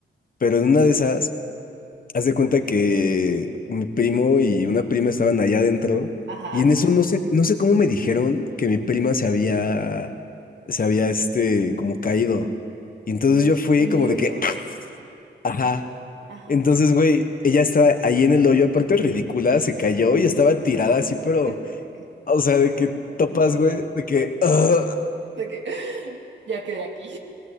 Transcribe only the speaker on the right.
Ajá,
en
el
hoyo.
Ajá.
<laughs>
De que, ya quedé aquí.